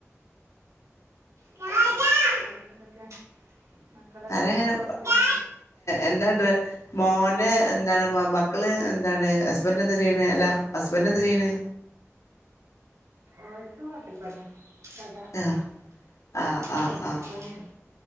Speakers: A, on the right; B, on the left.
A: <unintelligible> എന്തൊക്കെ മക്കളെ
B: വെറെങ്ങനെ
A: സ്കൂളൊക്കെ അടുത്തന്നെ
B: എന്താ ഡ്ര മോന്റെ എന്താണ്. മക്കള് എന്താണ് ഹസ്ബന്റ് എന്താ ചെയ്യണ്. അല്ല ഹസ്ബന്റ് എന്താ ചെയ്യണ്
A: ഓൽക്ക് ഹോട്ടൽ പണിയ. കട
B: ആഹ് ആഹ് ആഹ്
A: ഹോട്ടൽ
B: ആഹ്
A: പണിആണ്.